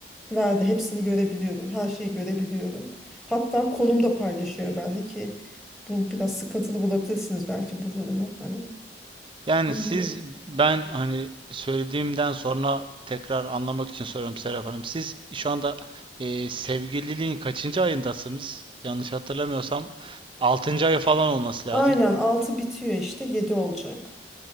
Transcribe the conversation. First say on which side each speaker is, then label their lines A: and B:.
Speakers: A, in the centre; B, on the right.
A: Verdi hepsini görebiliyordum her şeyi görebiliyordum. Hatta konum da paylaşıyor bende ki bu biraz sıkıntılı bulabilirsiniz belki bu durumu hani
B: Yani
A: bilmiyorum.
B: siz ben hani söylediğimden sonra tekrar anlamak için soruyorum Serap Hanım. Siz şu anda e, sevgililiğin kaçıncı ayındasınız? Yanlış hatırlamıyorsam 6. ayı falan olması
A: Aynen
B: lazım.
A: 6 bitiyor işte 7 olacak.